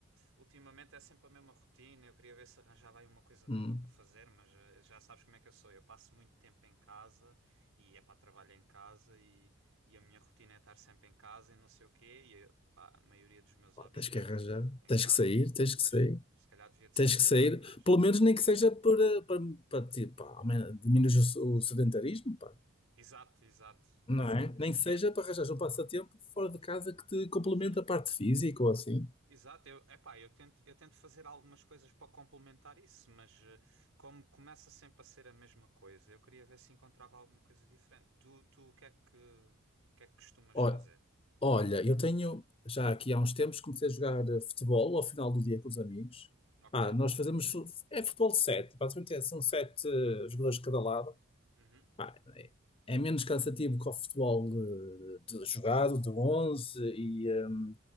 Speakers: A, on the right; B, on the left.
A: Ultimamente é sempre a mesma rotina. Eu queria ver se arranjava aí uma coisa nova
B: Hum,
A: para fazer, mas eh, já sabes como é que eu sou. Eu passo muito tempo em casa e é para trabalho em casa e, e a minha rotina é estar sempre em casa e não sei o quê. E eh, pá, a maioria dos meus hobbies
B: pá, tens
A: é
B: que arranjar.
A: em
B: Tens
A: casa.
B: que sair, tens
A: Pois,
B: que sair.
A: se calhar devia de
B: Tens
A: sair
B: que
A: um
B: sair.
A: bocadinho mais.
B: Pelo menos nem que seja para, para, para ti, pá, amen- diminuir o, o sedentarismo, pá.
A: Exato, exato.
B: Não é? Nem que seja
A: Tem,
B: para arranjar um passatempo fora de casa que te complemente
A: sim.
B: a parte física ou assim.
A: Exato, eu, epá, eu tento, eu tento fazer algumas coisas para complementar isso, mas eh, como começa sempre a ser a mesma coisa, eu queria ver se encontrava alguma coisa diferente. Tu, tu, o que é que, o que é que costumas
B: Ó-
A: fazer?
B: Olha, eu tenho, já aqui há uns tempos, comecei a jogar eh, futebol ao final do dia com os amigos.
A: Ok.
B: Pá, nós fazemos, fu- é futebol de sete. Basicamente é- são sete eh, jogadores de cada lado.
A: Uhum.
B: Pá, é é menos cansativo que o futebol eh, de, jogado, de 11 e, ehm,